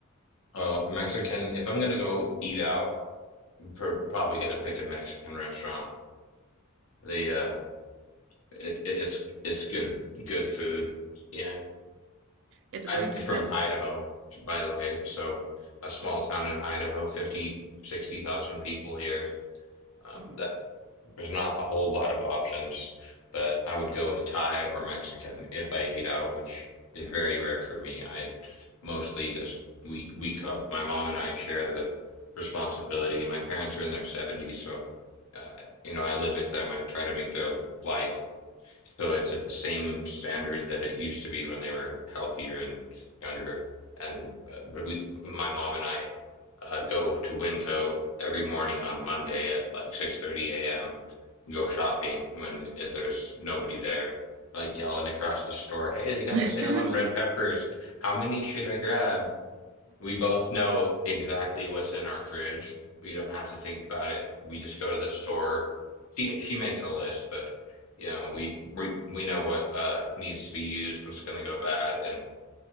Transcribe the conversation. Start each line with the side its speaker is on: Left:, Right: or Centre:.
Left: Oh, Mexican, if I'm gonna go eat out, I'm pr probably gonna pick a Mexican restaurant. The uh It, it's it's good good food. Yeah.
Right: It's
Left: I'm
Right: good.
Left: from
Right: Sim-
Left: Idaho, by the way. So a small town in Idaho, fifty sixty thousand people here. Um,
Right: oh.
Left: that there's not a whole lot of options, but I would go with Thai or Mexican if I eat out, which is very rare for me. I mostly just we we cook. My mom and I share the responsibility. My parents are in their 70s, so uh, you know, I live with them. I try to make their life so it's at the same standard that it used to be when they were healthier and younger. And uh, we, my mom and I, uh, go to Winco every morning on Monday at like 6:30 a.m. Go shopping when it, there's nobody there, like yelling across the store, "Hey, they got
Right: <laughs>
Left: a sale on red peppers. How many should I grab?" We both know exactly what's in our fridge. We don't have to think about it. We just go to the store. She she makes a list, but you know, we we we know what uh needs to be used, what's gonna go bad, and